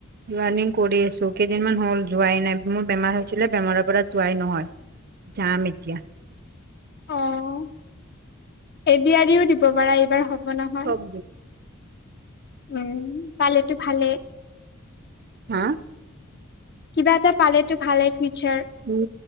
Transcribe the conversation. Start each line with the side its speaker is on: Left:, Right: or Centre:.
Right: ৰানিং কৰি আছোঁ কেইদিনমান হ'ল যোৱাই নাই। মোৰ বেমাৰ হৈছিলে বেমাৰৰ পৰা যোৱাই নহয় যাম এতিয়া।
Left: অ', এডি আৰিও দিব পাৰা এইবাৰ হ'ব নহয়।
Right: চব।
Left: উম পালেতো ভালে।
Right: হা
Left: কিবা এটা পালেটো ভালেই ফিউচাৰ।
Right: উম